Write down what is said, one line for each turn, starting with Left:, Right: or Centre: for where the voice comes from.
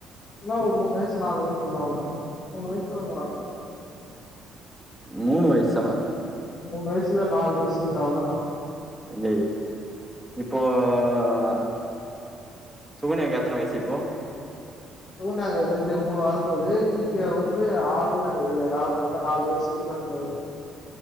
Left: என்னா ஒரு மூணு வயிசு நாலு வயிசு இருக்கும் அவ்வளதா மூணு வயசு இருக்குன் நினைக்கற
Centre: மூணு வயிசா
Left: மூணு வயசுல இல நாலு வயசுக்குண்டா அவுளதாண்டா
Centre: டேய் இப்போ ஹ சுகன்யாக்கு எத்தன வயிசு இப்போ
Left: ஒன்னு ஆகாது ரெண்டு மூணு ஆக போது கீர்த்திய வந்து ஆறு நடக்து நா பாத் நாலு வயசு டிஃப்ரெண்ட்ல வரும்